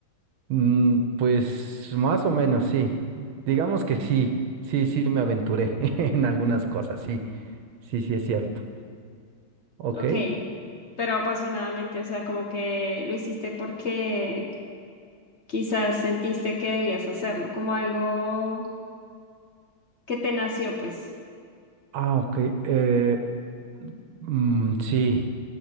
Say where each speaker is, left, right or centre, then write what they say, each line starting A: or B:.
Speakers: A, on the right (about 80°); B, on the left (about 40°).
A: Mm, pues más o menos, sí. Digamos que sí, sí, sí, me aventuré <laughs> en algunas cosas, sí, sí, sí, es cierto. Ok.
B: Ok, pero apasionadamente, o sea, como que lo hiciste porque quizás sentiste que debías hacerlo, como algo que te nació, pues.
A: Ah, ok. Eh, mm, sí,